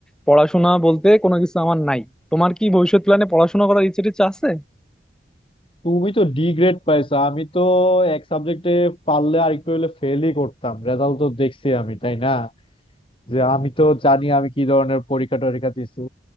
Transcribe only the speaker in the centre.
পড়াশোনা বলতে কোনো কিছু আমার নাই তোমার কি ভবিষ্যৎ প্ল্যানে পড়াশোনা করার ইচ্ছে টিচ্ছে আছে